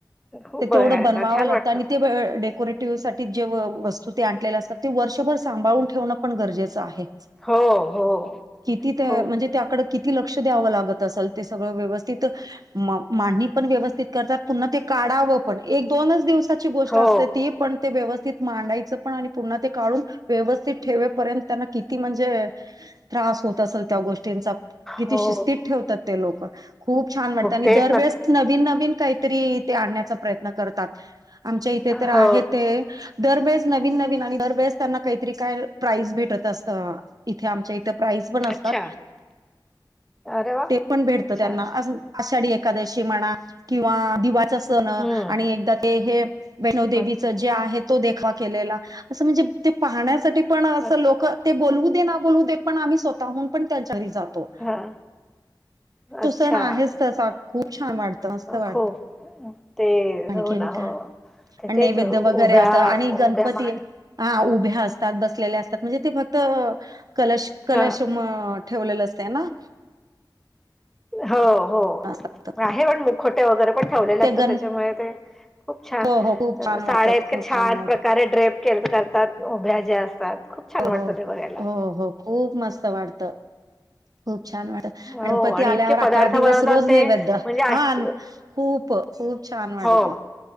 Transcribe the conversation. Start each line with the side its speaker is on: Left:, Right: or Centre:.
Centre: खूप
Right: ते
Centre: बघायला
Right: तेवढं बनवावं
Centre: छान
Right: लागतं
Centre: वाटतं
Right: आणि ते डेकोरेट <unintelligible> साठी जे वस्तू ते आणलेल्या असतात, ते वर्षभर सांभाळून ठेवणं पण गरजेचं आहेच.
Centre: हो हो
Right: किती तर
Centre: खूप
Right: म्हणजे त्याकड किती लक्ष द्याव लागत असेल ते सगळं व्यवस्थित मांडणी पण व्यवस्थि ते करतात पुन्हा ते काढावं पण, एक दोनच दिवसाची गोष्ट
Centre: हो
Right: असते ती पण ते व्यवस्थित मांडायचं पण आणि पुन्हा ते काढून व्यवस्थित ठेवेपर्यंत त्यांना किती म्हणजे त्रास होत त असेल त्या गोष्टीचा किती
Centre: हो
Right: शिस्तीत ठेवतात ते लोकं. खूप छान वाटतं आणि
Centre: तेच
Right: दर
Centre: ना
Right: वेळेस नवीन नवीन काहीतरी ते आणण्याचा प्रयत्न करतात. आमच्या इथे तर आहे
Centre: हो
Right: ते दरवेेळेस नवीन, नवीन आणि दरवेेळेस त्यांना काहीतरी काय प्राईज भेटत असतं इथे आमच्या इथं. प्राईज, पण असतात
Centre: अच्छा अरे वा
Right: ते पण भेटतं त्यांना.
Centre: छान
Right: आषाढी एकादशी म्हणा किंवा दिवाचा सण
Centre: हम्म
Right: आणि एकदा ते हे वैणोदेवीच
Centre: अच्छा
Right: जे आहे तो देखावा केलेला, असं म्हणजे ते पाहण्यासाठी पण असं
Centre: अच्छा
Right: लोकं ते बोलू दे ना, बोलू दे पण आम्ही स्व काऊन पण त्यांच्या घरी जातो
Centre: हा अच्छा
Right: तो सण आहेच. तसा खूप छान वाटतं, मस्त वाटतं.
Centre: खूप ते
Right: आणखीन
Centre: हो ना
Right: काय?
Centre: हो. तर
Right: आणि
Centre: तेच
Right: नैवेद्य
Centre: उभ्या
Right: वगैरे, असं आणि
Centre: उभ्या
Right: गणपती
Centre: मान
Right: हा उभ्या असतात, बसलेल्या असतात, म्हणजे ते फक्त कलश कलश
Centre: हा
Right: म ठेवलेलं असतय ना
Centre: हो, हो,
Right: असतात.
Centre: आहे पण मुखोटे वगैरे पण, ठेवलेले
Right: ते
Centre: असतात
Right: गण
Centre: त्याच्यामुळे ते खूप छान
Right: हो हो खूप छान वाटत
Centre: साड्या इतक्या
Right: खूप
Centre: छान
Right: वाटत
Centre: प्रकारे ड्रेप केलं तर करतात उभ्या ज्या असतात खूप छान
Right: हो
Centre: वाटतं
Right: हो
Centre: ते बघायला.
Right: हो. हो. खूप मस्त वाटतं. खूप छान वाटत,
Centre: हो
Right: गणपती
Centre: आणि
Right: आल्यावर
Centre: इतके पदार्थ
Right: अकरा दिवस
Centre: बनवतात
Right: रोज
Centre: ते
Right: नैवेद्य
Centre: म्हणजे आश्च
Right: आणं खूप खूप छान वाटतंय.
Centre: हो.